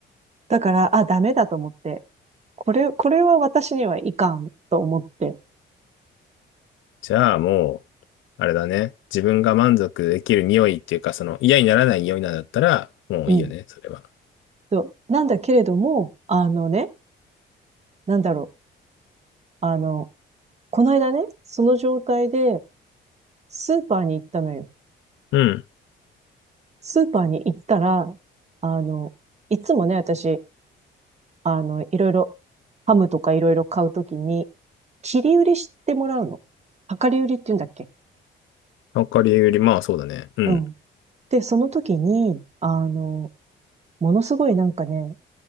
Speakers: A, on the right; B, on the left.
A: だから、あ、ダメだと思って。これ、これは私にはいかんと思って。
B: じゃあもう、あれだね。自分が満足できる匂いっていうか、その嫌にならない匂いなんだったら、もういいよね、
A: うん。
B: それは。
A: そうなんだけれども、あのね、なんだろう。あの、この間ね、その状態でスーパーに行ったのよ。
B: うん。
A: スーパーに行ったら、あの、いつもね、私、あの、いろいろ、ハムとかいろいろ買うときに、切り売りしてもらうの。量り売りって言うんだっけ
B: わかりより、まあそうだね。うん。
A: うん。で、その時に、あの、ものすごいなんかね、